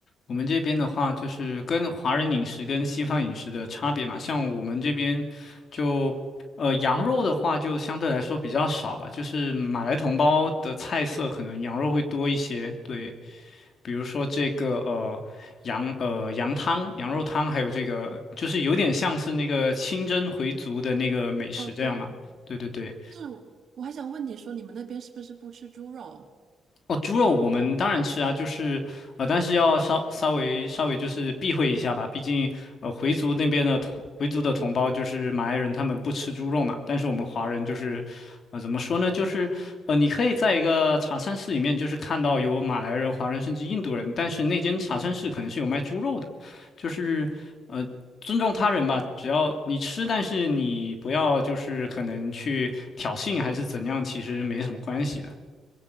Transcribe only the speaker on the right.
对的。
哦，对，
是，我还想问你说，你们那边是不是不吃猪肉？